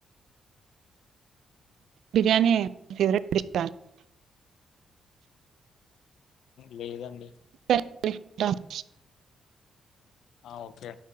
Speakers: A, on the right; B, on the left.
A: బిర్యానీ ఫవరెట్ డిష్
B: లేదండి
A: సరే అండి ఉంటాను
B: ఆ ఓకే